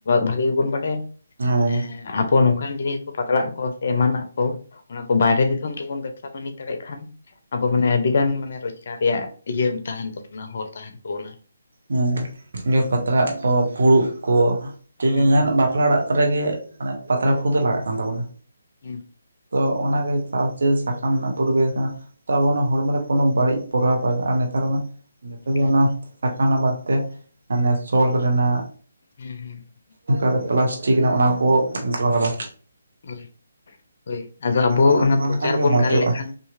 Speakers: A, on the left (about 50°); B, on the right (about 60°).
A: ᱵᱷᱟᱹᱜᱤ ᱜᱮᱵᱚᱱ ᱵᱟᱰᱟᱭᱟ᱾
B: ᱦᱮᱸ
A: ᱮᱸ ᱟᱵᱚ ᱱᱚᱝᱠᱟᱱ ᱡᱤᱱᱤᱥ ᱠᱚ ᱯᱟᱛᱟᱲᱟᱜ ᱠᱚ ᱥᱮ ᱮᱢᱟᱱᱟᱜ ᱛᱚ ᱚᱱᱟ ᱠᱚ ᱵᱟᱭᱨᱮ ᱫᱤᱥᱚᱢ ᱛᱮᱵᱚᱱ ᱵᱮᱵᱽᱥᱟ ᱵᱟᱹᱱᱤᱡ ᱫᱟᱲᱮᱭᱟᱜ ᱠᱷᱟᱱ, ᱟᱵᱚ ᱢᱟᱱᱮ ᱟᱹᱰᱤ ᱜᱟᱱ ᱢᱟᱱᱮ ᱨᱚᱡᱽᱜᱟᱨ ᱨᱮᱭᱟᱜ ᱤᱭᱟᱹ ᱛᱟᱦᱮᱱ ᱛᱟᱵᱚᱱᱟ, ᱦᱚᱨ ᱛᱟᱦᱮᱱ ᱛᱟᱵᱚᱱᱟ᱾
B: ᱦᱮᱸ ᱡᱮᱢᱚᱱ ᱯᱟᱛᱟᱲᱟᱜ ᱠᱚ, ᱯᱷᱩᱲᱩᱜ ᱠᱚ ᱡᱟᱦᱟᱱᱟᱜ
A: ᱦᱩᱸ ᱦᱩᱸ
B: ᱵᱟᱯᱞᱟ ᱚᱲᱟᱜ ᱨᱮᱜᱮ ᱢᱟᱱᱮ ᱯᱟᱛᱟᱲᱟ ᱫᱚ ᱞᱟᱜᱟᱜ ᱠᱟᱱ ᱛᱟᱵᱚᱱᱟ᱾
A: ᱦᱩᱸ᱾
B: ᱛᱚ ᱚᱱᱟᱜᱮ ᱪᱟᱥ ᱥᱟᱠᱟᱢ ᱨᱮᱱᱟᱜ ᱯᱚᱨᱤᱵᱮᱥ ᱠᱟᱱᱟ ᱛᱚ ᱟᱵᱚ ᱚᱱᱟ ᱦᱚᱲᱢᱚ ᱨᱮ ᱠᱳᱱᱳ ᱵᱟᱹᱲᱤᱡ ᱯᱨᱚᱵᱷᱟᱵᱽ ᱵᱟᱭ ᱟᱜᱩᱭᱟ᱾ ᱱᱮᱛᱟᱨ ᱢᱟ ᱡᱚᱛᱚᱜᱮ
A: ᱦᱩᱸ
B: ᱚᱱᱟ ᱥᱟᱠᱟ ᱨᱮᱱᱟᱜ ᱵᱟᱫᱚᱛᱮ ᱢᱟᱱᱮ ᱥᱚᱞ ᱨᱮᱱᱟᱜ
A: ᱦᱩᱸ ᱦᱩᱸ
B: ᱚᱠᱟᱨᱮ, ᱯᱮᱞᱟᱥᱴᱤᱠ ᱨᱮᱱᱟᱜ ᱚᱱᱟ ᱠᱚ ᱵᱮᱵᱚᱦᱟᱨᱟ᱾
A: ᱦᱳᱭ, ᱦᱳᱭ ᱟᱫᱚ ᱟᱵᱚ
B: ᱥᱟᱠᱟᱢ ᱨᱮᱱᱟᱜ
A: ᱚᱱᱟ
B: ᱵᱮᱵᱚᱦᱟᱨ
A: ᱯᱨᱚᱪᱟᱨ
B: ᱞᱮᱠᱷᱟᱱ ᱜᱮ
A: ᱵᱚᱱ
B: ᱢᱚᱡᱚᱜᱼᱟ
A: ᱜᱟᱱ ᱞᱮᱠᱷᱟᱱ?